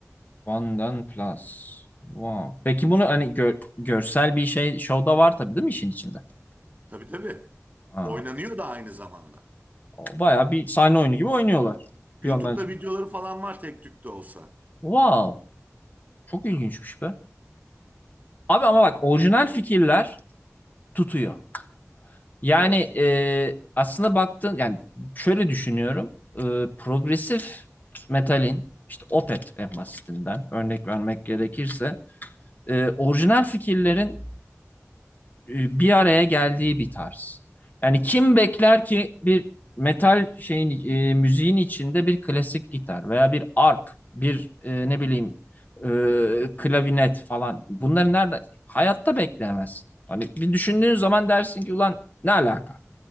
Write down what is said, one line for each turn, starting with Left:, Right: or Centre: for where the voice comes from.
Left: Ondan plus. Wow. Peki bunu hani gö- görsel bir şey şovda var tabii değil mi işin içinde?
Right: Tabii tabii.
Left: Aa,
Right: Oynanıyor da aynı zamanda.
Left: o bayağı bir sahne oyunu gibi oynuyorlar.
Right: YouTube'da
Left: Bir yandan.
Right: videoları falan var tek tük de olsa.
Left: Wow. Çok ilginçmiş be. Abi ama bak orijinal fikirler tutuyor. Yani
Right: Evet,
Left: e, aslında baktığın yani şöyle düşünüyorum. E, progresif metalin işte Opeth en basitinden örnek vermek gerekirse e, orijinal fikirlerin e, bir araya geldiği bir tarz. Yani kim bekler ki bir metal şeyin e, müziğin içinde bir klasik gitar veya bir arp, bir e, ne bileyim e, klavinet falan. Bunları nerede? Hayatta bekleyemezsin. Hani bir düşündüğün zaman dersin ki ulan ne alaka?